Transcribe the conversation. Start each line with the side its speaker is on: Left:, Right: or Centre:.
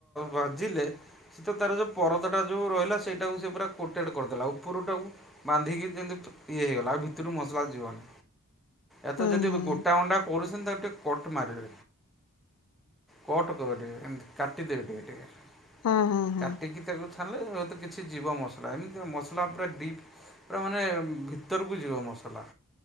Centre: ଭାଜିଲେ ସେ ତ ତାର ଯୋଉ ପରଦାଟା ଯୋଉ ରହିଲା ସେଇଟାକୁ ସେ ପୁରା କୋଟେଡ କରିଦେଲା ଉପରୁଟାକୁ ବାନ୍ଧିକି କେମିତି ଇଏ ହେଇଗଲା ଆଉ ଭିତରୁ ମସଲା ଯିବନି। ଏ ତ
Left: ହୁଁ
Centre: ଯଦି
Left: ହୁଁ
Centre: ଗୋଟା ଅଣ୍ଡା କରୁଛନ୍ତି ତାକୁ ଟିକେ କଟ ମାରିବେ। କଟ କରିବେ ଏମିତି କାଟିଦେବି ଟିକେ ଟିକେ
Left: ହଁ ହଁ ହଁ
Centre: କାଟିକି ତାକୁ ଛାଡ଼ିଲେ ହୁଏତ କିଛି ଯିବ ମସଲା ଏମିତି ମସଲା ପୁରା ଡିପ୍ ପୁରା ମାନେ ଭିତରକୁ ଯିବ ମସଲା।